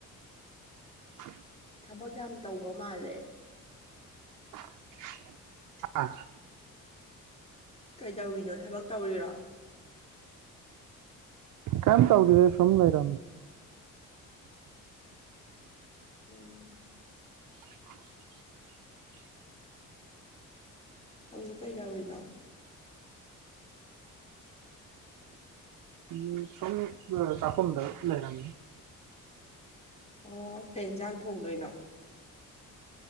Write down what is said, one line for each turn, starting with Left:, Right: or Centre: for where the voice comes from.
Right: <inaudible>
Left: ꯊꯕꯛ ꯌꯥꯝ ꯇꯧꯕ ꯃꯥꯜꯂꯦ
Right: <unintelligible>
Left: ꯀꯩꯗꯧꯔꯤꯅꯣ ꯊꯕꯛ ꯇꯧꯔꯤꯔꯣ
Right: ꯀꯩꯝ ꯇꯧꯗꯦꯗ ꯁꯨꯝ ꯂꯩꯔꯝ
Left: ꯎꯝ
Right: <inaudible>
Left: ꯅꯪ ꯍꯨꯖꯤꯛ ꯀꯩꯗꯧꯔꯤꯅꯣ
Right: ꯎꯝ ꯁꯨꯝ ꯂ ꯆꯥꯈꯨꯝꯗ ꯂꯩꯔꯝꯃꯤ
Left: ꯑꯣ ꯀꯩ ꯏꯟꯖꯥꯡ ꯊꯣꯡꯗꯣꯏꯅꯣ